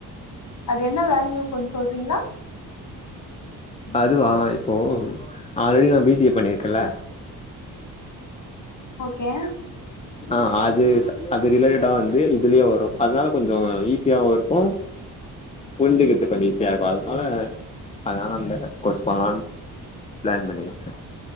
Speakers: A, on the left; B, on the left.
A: அது என்ன வேல்யூ கொஞ்சொ சொல்றீங்களா
B: அதுவா இப்போ ஆல்ரெடி நா பி சி ஏ பண்ணிருக்கேல்ல
A: ஓகே
B: ஆ அது அது ரிலேட்டடா வந்து இதுலயு வரும் அதனால கொஞ்ச ஈஸியாவும் இருக்கும் புரிஞ்சிக்கறது கொஞ்ச ஈஸியா இருக்கும் அதனால அதனால அந்த கோர்ஸ் பண்லானு பிளான் பண்ணிருக்கே